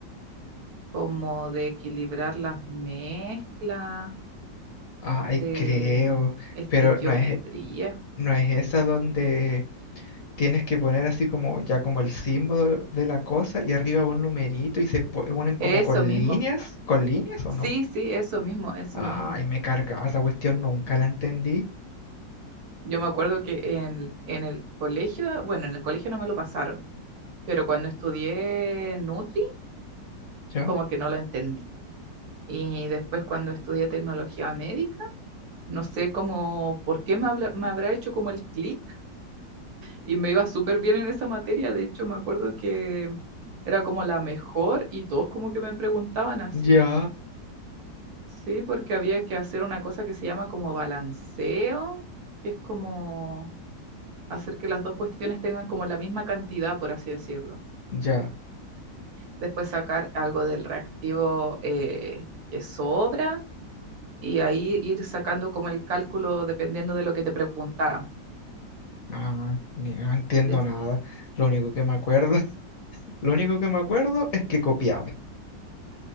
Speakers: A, on the right (about 60°); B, on the left (about 60°).
A: como de equilibrar las mezclas,
B: Ay,
A: de
B: creo,
A: estequiometría.
B: pero no es, no es esa donde tienes que poner así como ya como el símbolo de la cosa y arriba un numerito y se po- unen como
A: Eso
B: con
A: mismo.
B: líneas, ¿con líneas o
A: Sí,
B: no?
A: sí, eso mismo, eso
B: Ay,
A: mismo.
B: me cargaba esa cuestión, nunca la entendí.
A: Yo me acuerdo que en, en el colegio, bueno, en el colegio no me lo pasaron, pero cuando estudié Nutri,
B: ¿Ya?
A: como que no lo entendí. Y después cuando estudié tecnología médica, no sé cómo, por qué me, habla- me habrá hecho como el clic y me iba súper bien en esa materia. De hecho, me acuerdo que era como la mejor y todos como que me preguntaban así.
B: Ya,
A: Sí, porque había que hacer una cosa que se llama como balanceo, que es como hacer que las dos cuestiones tengan como la misma cantidad, por así decirlo.
B: ya.
A: Después sacar algo del reactivo eh, que sobra y ahí ir sacando como el cálculo dependiendo de lo que te preguntaran.
B: Ah, ni- no entiendo
A: Des-
B: nada. Lo único que me acuerdo, <laughs> lo único que me acuerdo es que copiaba.